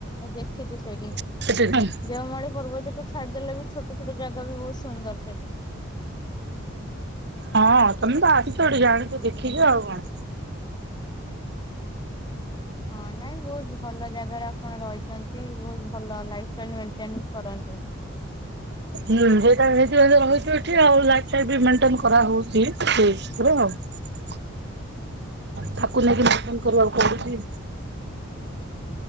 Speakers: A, on the left; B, on the right.
A: ଦେଖିଛି ସେଇଠି।
B: ହୁଁ
A: ଦେଓମାଳି ପର୍ବତକୁ ଛାଡିଦେଲେ ବି ଛୋଟ ଛୋଟ ଜାଗା ବି ବହୁତ ସୁନ୍ଦର ସେଇଟି।
B: ହଁ, ତମେ ତ ଆସିଚ ଏଠି ଜାଣିଚ ଦେଖିଚ ଆଉ କଣ।
A: ହଁ, ନାଇଁ ବହୁତ ଭଲ ଜାଗାରେ ଆପଣ ରହିଚନ୍ତି ବହୁତ ଭଲ ଲାଇଲ ଷ୍ଟାଇଲ ମେଣ୍ଟନ୍ କରନ୍ତୁ।
B: ହୁଁ, ସେଟା ସେଇଥି ପାଇଁ ରହିଛୁ ଏଠି ଆଉ ଲାଇଭ ଟା ବି ମେଣ୍ଟେନ କରା ହଉଛି। <unintelligible>
A: <unintelligible>
B: ଥାକୁ ନେଇକି ମେଣ୍ଟେନ କରିବାକୁ ପଡୁଚି।